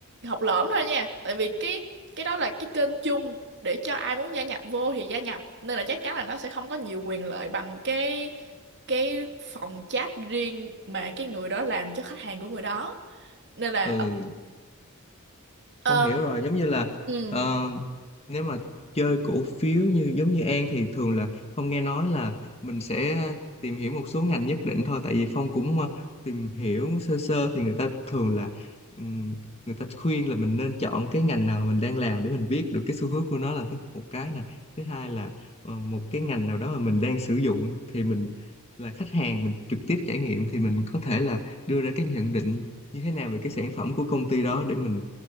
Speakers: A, on the right; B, on the left.
A: học lỏm thôi nha tại vì cái cái đó là cái kênh chung để cho ai muốn gia nhập vô thì gia nhập nên là chắc chắn là nó sẽ không có nhiều quyền lợi bằng cái cái phòng chat riêng mà cái người đó làm cho khách hàng của người đó nên là
B: ừ
A: ờ,
B: không hiểu rồi giống như là
A: ừ
B: ờ, nếu mà chơi cổ phiếu như giống như An thì thường là Phong nghe nói là mình sẽ tìm hiểu một số ngành nhất định thôi tại vì Phong cũng ờ, tìm hiểu sơ sơ thì người ta thường là ừm, người ta khuyên là mình nên chọn cái ngành nào mình đang làm để mình biết được cái xu hướng của nó là thứ một cái nè thứ hai là ờ, một cái ngành nào đó mà mình đang sử dụng thì mình là khách hàng mình trực tiếp trải nghiệm thì mình có thể là đưa ra cái nhận định như thế nào về cái sản phẩm của công ty đó để mình